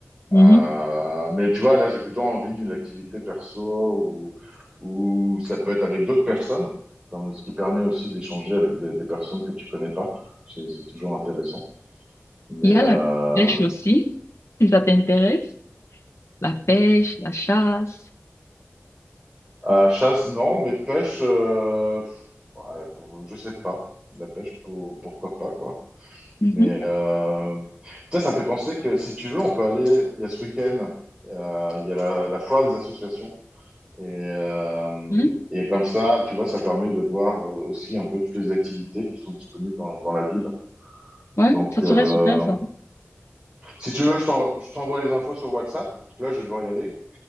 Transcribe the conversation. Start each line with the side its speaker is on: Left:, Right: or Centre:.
Left: Mhm.
Right: Euh, mais tu vois, là, j'ai plutôt envie d'une activité perso ou, ou ça peut être avec d'autres personnes, comme- ce qui permet aussi d'échanger avec des, des personnes que tu connais pas. C'est, c'est toujours intéressant. Mais
Left: Il y a
Right: euh,
Left: la pêche aussi, si ça t'intéresse. la pêche, la chasse.
Right: à chasse, non, mais pêche, euh, ouais, pour- je sais pas. La pêche, pour- pourquoi pas, quoi.
Left: Mhm.
Right: Mais euh, ça, ça me fait penser que si tu veux, on peut aller. Il y a ce week-end, euh, il y a la, la foire des associations. Et, euh,
Left: Hmm?
Right: et comme ça, tu vois, ça permet de voir euh, aussi un peu toutes les activités qui sont disponibles dans, dans la ville.
Left: Ouais,
Right: Donc,
Left: ça serait
Right: euh,
Left: super ça.
Right: si tu veux, je t'en- je t'envoie les infos sur WhatsApp, parce que là, je vais devoir y aller.